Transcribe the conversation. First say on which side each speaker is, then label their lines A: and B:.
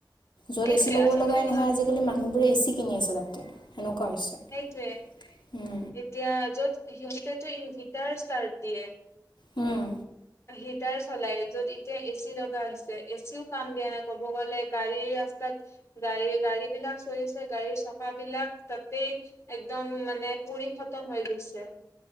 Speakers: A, on the left; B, on the left.
A: যত
B: সেইটোয়ে
A: এ চি ল'ব
B: আচলতে
A: লগাই
B: সিহঁত
A: নহয় আজিকালি মানুহবোৰে এ চি কিনি আছে তাতে সেনেকুৱা হৈছে
B: সেইটোয়ে এতিয়া য'ত সিহঁতেটো হিটাৰ ষ্টাৰ্ট দিয়ে।
A: উম',
B: হিটাৰ চলাই, য'ত এতিয়া এ চি লগা হৈছে। এ চিও কাম দিয়া নাই ক'ব গ'লে গাড়ীৰ ৰাস্তাত গাড়ী গাড়ী বিলাক চলিছে গাড়ীৰ চকা বিলাক, তাতেই একদম মানে পুৰি খতম হৈ গৈছে।